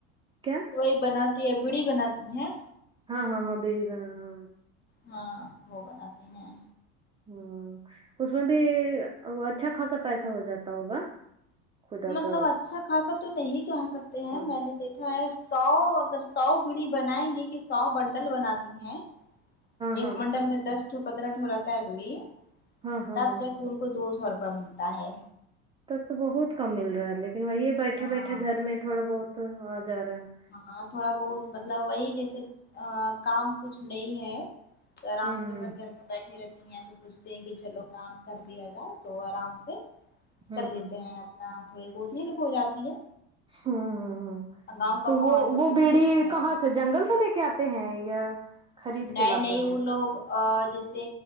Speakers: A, on the right; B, on the left.
A: کیا
B: کوئی بناتی ہے بڑی بناتی ہیں
A: ہاں ہاں ہاں دیوی بنانا
B: ہاں وہ بناتی ہیں
A: ہوں اس میں بھی اچھا خاصہ پیسہ ہو جاتا ہوگا خدا
B: مطلب
A: کا
B: اچھا خاصہ تو نہیں کہہ سکتے ہیں
A: ہاں
B: میں نے دیکھ سو اگر سو بیڑی بنائیں گے کہ سو بنڈل بناتی ہیں ایک
A: ہاں
B: منڈل میں دس ٹو پندرہ ٹو رہتا ہے بیڑی
A: ہاں ہاں
B: تب
A: ہاں
B: جا کے ان کو دو سو روپے ملتا ہے
A: تب تو بہت کم مل رہا ہے لیکن وہی بیٹھے
B: ہاں
A: بیٹھے گھر میں تھوڑا بہت آ جا رہا ہے
B: ہاں تھوڑا بہت مطلب وہی جیسے کام کچھ نہیں ہے تو آرام
A: ہوں
B: سے ب گھر میں بیٹھی رہتی تو سوچتے ہیں کہ چلو کام کر لیا جائے تو آرام سے
A: ہ
B: کر لیتے
A: ہوں
B: ہیںپ نہ تھوڑی بہت ہی لک ہو جاتی ہے
A: ہ ہوں
B: گاؤں کا
A: تو وہ
B: ماحول
A: وہ
B: پتہ
A: بیڑی
B: ہی ہے
A: کہاں سے جنگل سے لے کے آتے ہیں یا خرید
B: نہیں
A: کے لاتے
B: نہیں
A: ہیں
B: وہ لوگ اور جیسے